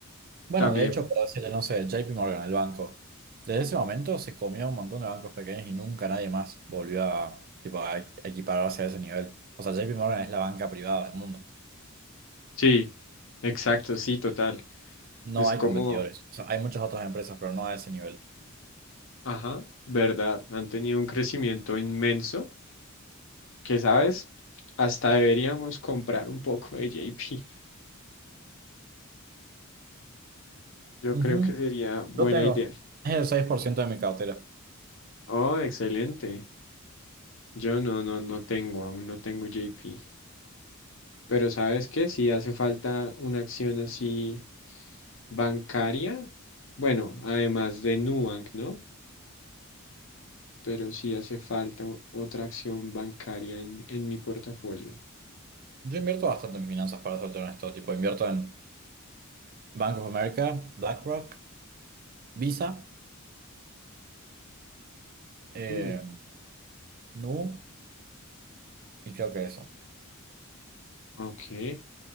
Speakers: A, on the right; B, on the left.
A: Bueno,
B: también.
A: de hecho, puedo decirle, no sé, JP Morgan, el banco, desde ese momento se comió un montón de bancos pequeños y nunca nadie más volvió a, tipo, a equipararse a ese nivel. O sea, JP Morgan es la banca privada del mundo.
B: Sí, exacto, sí, total.
A: No
B: Es
A: hay
B: como,
A: competidores. O sea, hay muchas otras empresas, pero no a ese nivel.
B: ajá, verdad, han tenido un crecimiento inmenso que, ¿sabes? Hasta deberíamos comprar un poco de JP. Yo
A: Ujú.
B: creo que sería buena
A: Yo tengo
B: idea.
A: es el 6% de mi cartera.
B: Oh, excelente. Yo no, no, no tengo, aún no tengo JP. Pero ¿sabes qué? Si hace falta una acción así bancaria, bueno, además de Nubank, ¿no? pero sí hace falta o- otra acción bancaria en, en mi portafolio.
A: Yo invierto bastante en finanzas, para serte honesto. Tipo, invierto en Bank of America, BlackRock, Visa, eh,
B: Mm,
A: Nu y creo que eso.
B: ok.